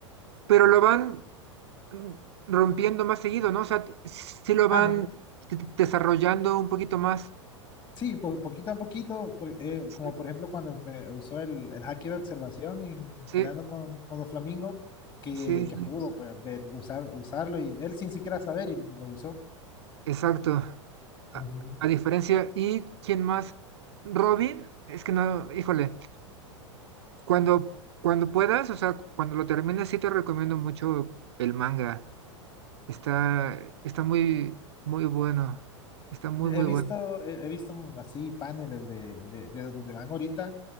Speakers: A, on the right; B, on the left.
A: pero lo van mm, rompiendo más seguido, ¿no? O sea, sí lo
B: Ajá.
A: van de- de- desarrollando un poquito más.
B: Sí, po- poquito a poquito, por- eh,
A: Sí,
B: como por ejemplo cuando empe- usó el, el haki de observación en
A: sí,
B: peleando con, con los flamingos, que,
A: sí, sí,
B: que pudo pues, ver, usar, usarlo y él sin siquiera saber y, y lo usó.
A: exacto. A,
B: Ujú.
A: a diferencia, ¿y quién más? Robin, es que no, híjole, cuando, cuando puedas, o sea, cuando lo termines, sí te recomiendo mucho el manga. Está, está muy, muy bueno. Está muy,
B: He
A: muy
B: visto,
A: bueno.
B: he, he visto así paneles de, de, de donde van ahorita